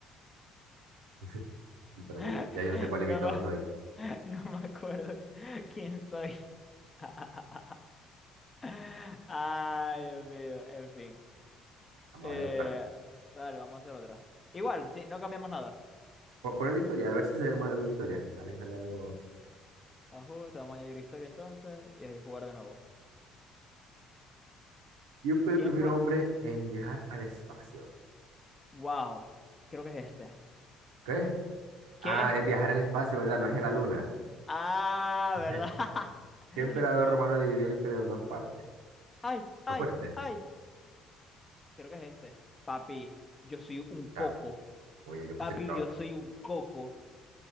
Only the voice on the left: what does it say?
<laughs> No,
va-
no me acuerdo quién soy. <laughs> Ay, Dios mío, en fin.
Eh,
vale, vamos a hacer otra. Igual, sí, no cambiamos nada.
Ajuste, vamos a añadir historia entonces y ahí jugar de nuevo.
¿Quién
fue?
Wow, creo que es este.
¿Qué?
Ah,
¿verdad? <laughs>
¿Qué?
Ay, ay,
ay. Creo que es este. Papi, yo soy un
coco.
Papi,
yo soy un coco.